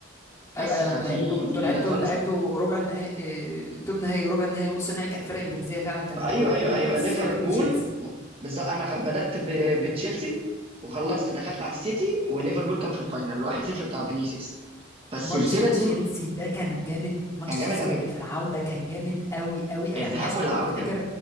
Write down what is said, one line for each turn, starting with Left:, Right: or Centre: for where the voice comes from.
Left: ايوه
Right: بس
Left: ايوه
Right: فدي
Left: لما لعبتوا انتوا
Right: دي
Left: لعبتوا
Right: لا تنسى
Left: لعبتوا ربع النهائي توب نهائي وربع النهائي ونص النهائي كانت فرق انجليزيه فعلا كان
Right: ايوه
Left: ليفربول
Right: ايوه ايوه
Left: والسيتي
Right: ليفربول
Left: وتشيلسي
Right: بالظبط انا خ- بدات ب- بتشيلسي وخلصت دخلت على السيتي وليفربول كان في الفاينل الواحد صفر بتاع فينيسيوس فالسلسله
Left: ماتش تشيلسي
Right: دي
Left: ده كان جامد ماتش
Right: كان
Left: تشيلسي
Right: جامد قوي
Left: والريال في العوده كان جامد قوي قوي يعني
Right: الذهاب
Left: الناس
Right: والعودة
Left: كلها بتفتكر